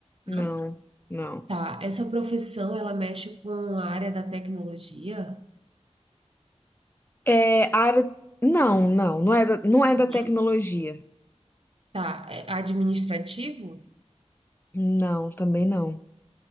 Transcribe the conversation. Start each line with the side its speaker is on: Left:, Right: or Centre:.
Left: não,
Right: Não?
Left: não.
Right: Tá, essa profissão ela mexe com a área da tecnologia?
Left: É, a área... Não, não, não é da, não é da tecnologia.
Right: Não? Tá, é administrativo?
Left: Não, também não.